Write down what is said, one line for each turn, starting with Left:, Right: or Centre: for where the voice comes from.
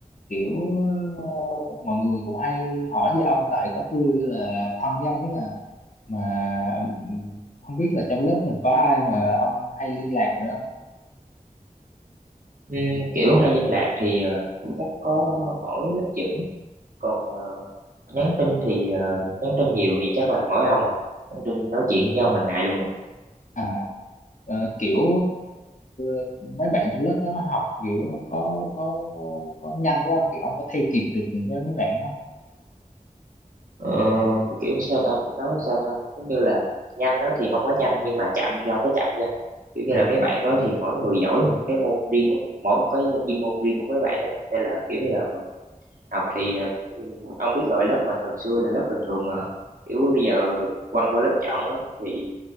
Left: kiểu ờ, mọi người cũng hay hỏi về ông tại có tôi là thân với ông nhất à mà ừm, không biết là trong lớp mình có ai mà ông hay liên lạc nữa không
Right: Ừm, kiểu hay liên lạc thì ờ, chắc có mỗi lớp trưởng còn ờ, nhắn tin thì ờ, nhắn tin nhiều thì chắc là mỗi ông à nhắn tin nói chuyện với ông hàng ngày luôn mà
Left: à ờ, kiểu ờ, mấy bạn trong lớp đó học kiểu có có có nhanh quá không kiểu ông có theo kịp được với mấy bạn đó
Right: Ờ, kiểu sao ta nói sao ta giống như là nhanh đó thì không quá nhanh nhưng mà chậm thì không có chậm nha kiểu như là mấy bạn đó thì mỗi người giỏi một cái môn riêng của- mỗi một cái ờ, chuyên môn riêng của mấy bạn đó nên là kiểu như là mình học thì ờ, ừ, ông biết rồi lớp mình hồi xưa là lớp bình thường mà kiểu bây giờ được quăng qua lớp chọn á thì